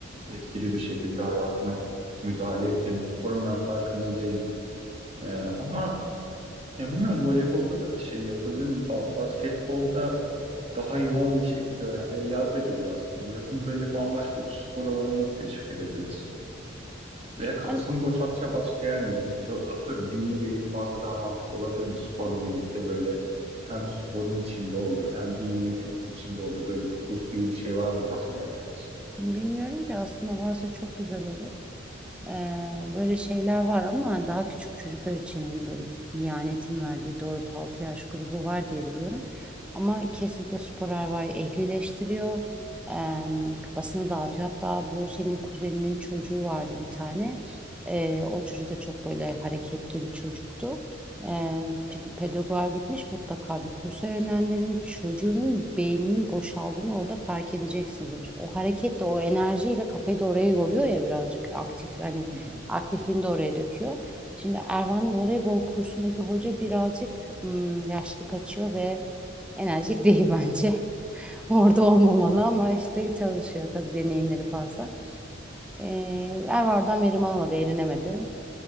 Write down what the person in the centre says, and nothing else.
Ben
bilmiyorum ki aslında varsa çok güzel olur. Ee, böyle şeyler var ama daha küçük çocuklar için hani böyle Diyanet'in verdiği dört altı yaş grubu var diye biliyorum. Ama kesinlikle spor erva'yı ehlileştiriyor. Ee, kafasını dağıtıyor. Hatta bu senin kuzeninin çocuğu vardı bir tane. Ee, o çocuk da çok böyle hareketli bir çocuktu. E, ped- pedagoğa gitmiş mutlaka bir kursa yönlendirin. Çocuğunun beyninin boşaldığını orada fark edeceksin demiş. O hareketle o enerjiyle kafayı da oraya yoruyor ya birazcık aktif hani
aktifliğini de oraya döküyor. Şimdi Ervan'ın voleybol kursundaki hoca birazcık ım, yaşlı kaçıyor ve enerjik değil bence. <laughs> Orada olmamalı
ama işte çalışıyor tabii deneyimleri fazla. E, Ervan'dan verim alamadı, eğlenemedi.